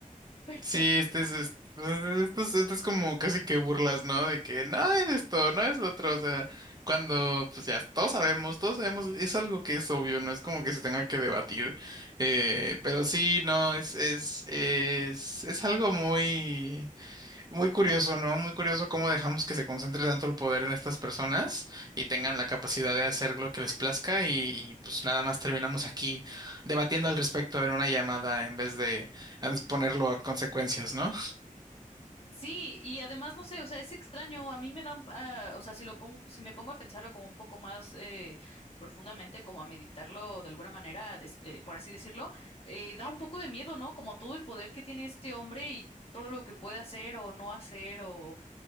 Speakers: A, on the left; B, on the right.
A: <laughs>
B: Sí, este es, es- pues, esto es, esto es como casi que burlas, ¿no? De que no es esto, no es lo otro, o sea, cuando pues ya todos sabemos, todos sabemos, es algo que es obvio, no es como que se tenga que debatir, eh, pero sí, no, es, es, es, es algo muy... Muy curioso, ¿no? Muy curioso cómo dejamos que se concentre tanto el poder en estas personas y tengan la capacidad de hacer lo que les plazca y, y, pues nada más terminamos aquí debatiendo al respecto en una llamada en vez de eh, ponerlo a consecuencias, ¿no?
A: Sí, y además no sé, o sea, es extraño, a mí me da un, ah, o sea, si lo pongo, si me pongo a pensarlo como un poco más eh, profundamente, como a meditarlo de alguna manera, des- eh, por así decirlo, eh, da un poco de miedo, ¿no? Como todo el poder que tiene este hombre y todo lo que puede hacer o no hacer o,